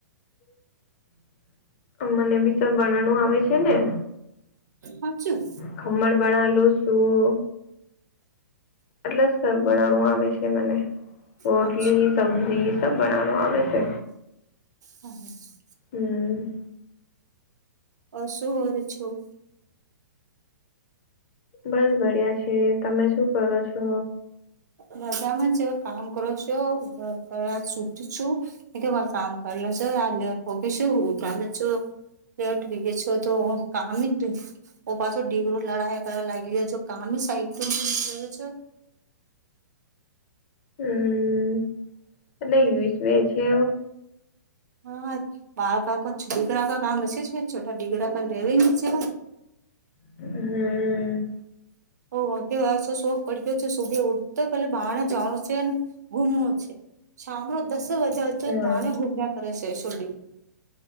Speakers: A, on the left (about 40°); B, on the right (about 60°).
A: <unintelligible> મને બી સ બનાણું આવે છે ને
B: હાચું
A: ખમણ બનાલું સું એટલે સર બનાવવાનું આવે છે મને રોટલી
B: હાચું
A: સબ્જી સબ બનાવાનું આવે છે
B: હમ
A: હમ
B: અ શું હોર છું
A: બસ બડિયા છે તમે શું કરો છો
B: મજામાંજ કામ કરો છો કરવા સુધ છું એ કે વાર કામ કરલો છ આ લેટ ભગ શું હું તમે છ લઠવી ગે છો તો કામ જ ઓ પાછો ડીગરો લડા કરવા લાગી રહ્યો છે કામી સાઈ્યો છો
A: હમ એટલે યુસ છે
B: હા બાળકાકો દીકરાકા કામ હશે છોટા દીકરા કને રેવા છે
A: હમ
B: ઓ હો તો શોખ પડ ગ્યો છે સુબે ઉઠ તો પલે બહારણે જાણું છે ગુમણ છે શામનો દસે વાજ્યા વચ
A: હા
B: માણ ગુમ્યા કરે છે શોંગ